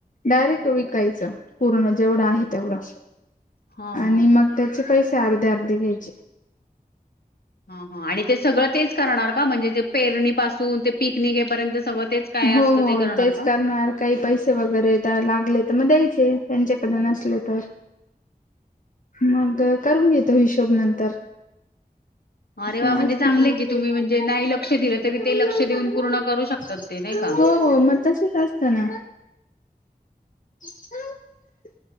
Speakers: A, on the left; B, on the left.
A: डायरेक्ट विकायचं. पूर्ण जेवढा आहे तेवढा
B: हा
A: आणि
B: हा.
A: मग त्याचे पैसे अर्धे अर्धे घ्यायचे.
B: हा हा आणि ते सगळं तेच करणार का? म्हणजे ते पेरणी पासून ते पिकनिकघेपर्यंत सगळं तेच? काय
A: हो
B: असतं
A: हो
B: ते करणार
A: तेच
B: का?
A: करणार. काही पैसे वगैरे त्या लागले तर मग द्यायचे त्यांच्याकडे नसले तर. मग करून घेतो हिशोब नंतर. असं
B: अरे वा! म्हणजे चांगलंय की तुम्ही म्हणजे नाही
A: असतं.
B: लक्ष दिलं तरी ते लक्ष देऊन पूर्ण करू शकतात ते. नाही का?
A: हो हो मग तसेच असतं ना. <inaudible>